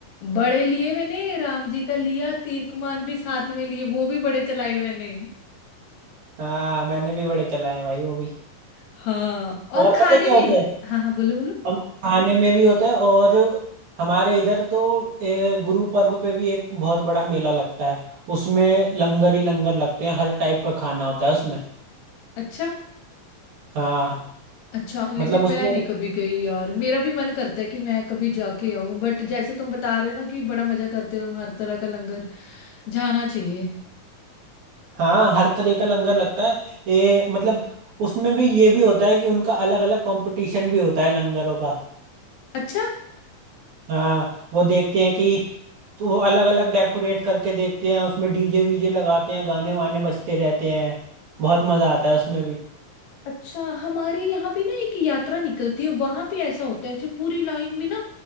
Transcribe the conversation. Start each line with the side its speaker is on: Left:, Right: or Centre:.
Left: बड़े लिए मैंने राम जी का लिया तीर कमान भी साथ में लिए वो भी बड़े चलाए मैंने
Right: हाँ मैंने भी बड़े चलाए हैं भाई वो भी
Left: हाँ और
Right: और
Left: खाने
Right: पता है क्या
Left: में
Right: होता है
Left: हाँ हाँ बोलो बोलो
Right: हम खाने में भी होता है और हमारे इधर तो ए, गुरु पर्व पे भी एक बहुत बड़ा मेला लगता है उसमें लंगर ही लंगर लगते हैं हर टाइप का खाना होता है उसमें
Left: अच्छा
Right: हाँ
Left: अच्छा लेकिन
Right: मतलब उसमें
Left: मैं नहीं कभी गई यार मेरा भी मन करता है कि मैं कभी जाके आऊं बट जैसे तुम बता रहे हो ना कि बड़ा मजा करते हो तुम हर तरह का लंगर जाना चाहिए
Right: हाँ हर तरह का लंगर लगता है ये मतलब उसमें भी ये भी होता है कि उनका अलग अलग कंपटीशन भी होता है लंगरों का
Left: अच्छा
Right: हाँ वो देखते हैं कि तो वो अलग अलग डेकोरेट करके देखते हैं उसमें डीजे वीजे लगाते हैं गाने वाने बजते रहते हैं बहुत मजा आता है उसमें भी
Left: अच्छा हमारे यहाँ पे ना एक यात्रा निकलती है वहां पे ऐसा होता है ऐसे पूरी लाइन में ना